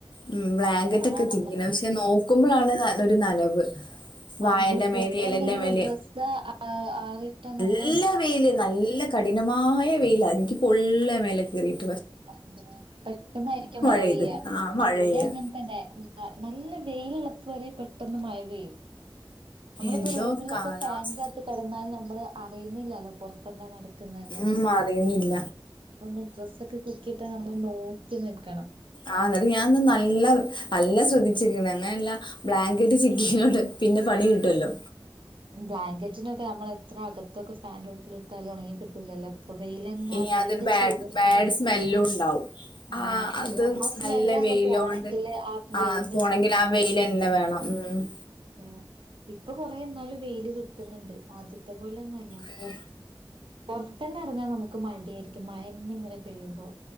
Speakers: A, on the left; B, on the right.
A: ഉം ബ്ലാങ്കറ്റ്
B: അതെ ആ
A: ഒക്കെ
B: നമ്മള്
A: തിങ്ങിന് പക്ഷെ നോക്കുമ്പോളാണ് ഒരു നനവ്.
B: ആഹ്
A: വായന്റെ
B: നമ്മൾ പൊറത്തെന്തെങ്കിലും
A: മേലെ ഇലന്റെ മേലെ
B: ഡ്രസ് ആ ആറിട്ട നമ്മൾ
A: നല്ല വെയില് നല്ല കഠിനമായ വെയില എനിക്ക് പൊള്ള മേലെ കേറിട്ട
B: <inaudible> പെട്ടെന്നായിരിക്കും മഴ
A: പെയ്ത്
B: പെയ്യാ.
A: ആ മഴ
B: ഇവിടെ
A: പെയ്യാ
B: അങ്ങനെ തന്നെ നല്ല വെയിലിള്ളപ്പോവരെ പെട്ടെന്ന് മഴ പെയ്യും. നമ്മളിപ്പോ
A: എന്തോ
B: റൂമിലൊക്കെ
A: കാലാവസ്ഥ
B: ഫാന്റെകത്ത് കിടന്നാൽ നമ്മള് അറിയുന്നില്ലല്ലോ പുറത്തെന്താ നടക്കുന്നെന്ന്.
A: ഉം അറിയുന്നില്ല
B: അപ്പ മ്മൾ ഡ്രെസ്സക്കെ ചിക്കിട്ടാ നമ്മൾ നോക്കി നിക്കണം.
A: ആഹ് ന്നിട്ട് ഞാനിന്ന് നല്ല നല്ല ശ്രദ്ധിച്ചിനി വെള്ളയെല്ല ബ്ലാങ്കറ്റ് ചിക്കിനോണ്ട് പിന്നെ പണികിട്ടുല്ലോ?
B: ബ്ലാങ്കറ്റിനൊക്കെ നമ്മൾ എത്ര അകത്തൊക്കെ ഫാന്റോട്ടിലിട്ടാലും ഉണങ്ങി കിട്ടൂലല്ലോ ഇപ്പൊ വെയിലന്നാ
A: ഇനി
B: വെയിലിന്റെ
A: അതൊരു ബാഡ്
B: ചൂടൊ <unintelligible>
A: ബാഡ് സ്മെല്ലും ഉണ്ടാവും ആ
B: ആഹ്
A: അത്
B: ആ സ്മെല്ലങ്ങ്
A: നല്ല വെയിലോണ്ട്
B: പോണെങ്കില് ആ വെയിലിന്റെ
A: പോണെങ്കിൽ
B: ചൂടന്നെ
A: ആ വെയിൽ
B: തട്ടണം
A: തന്നെ വേണം ഉം
B: ആ ഇപ്പൊ കൊറെ എന്നാലും വെയില് കിട്ടുന്നുണ്ട്. ആദ്യത്തെ പോലൊന്നു അല്
A: ഈഹ്
B: പൊറത്തന്നെ എറങ്ങാൻ നമുക്ക് മടി ആയിരിക്കും മയന്നെ ഇങ്ങനെ പെയ്യുമ്പോ